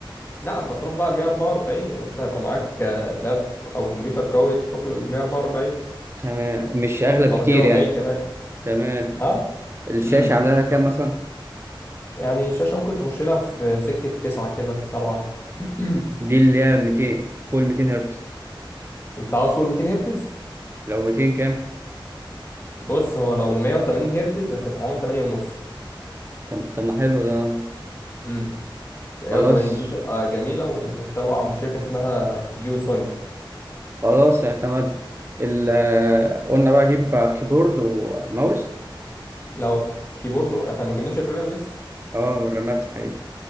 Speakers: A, on the left (about 25°); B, on the right (about 30°).
A: لا ما تروح بقى ال 144 يعني انت هيبقى معاك آه، لاب او كمبيوتر قوي تروح لل 144
B: تمام مش اغلى بكتير
A: او 240
B: يعني
A: كمان
B: تمام
A: نعم
B: الشاشة
A: امم
B: عاملة لها كام مثلا؟
A: يعني الشاشة ممكن تخش لها في سكة 9 كده 7 <coughs>
B: دي اللي هي 200 فوق 200 هرتز
A: <clears throat> انت عاوز فوق ال 200 هرتز
B: لو 200 كام؟
A: بص هو لو 180 هرتز هتبقى عامله 8 ونص
B: طب طب ما حلو ده
A: امم يعني
B: خلاص
A: 80 دي تبقى جميلة وتبع شركة اسمها فيو سونيك
B: خلاص اعتمد ال- آه، قلنا بقى أجيب كيبورد وماوس
A: <clears throat> لو كيبورد احنا ما جبناش الرام لسه
B: اه والرامات صحيح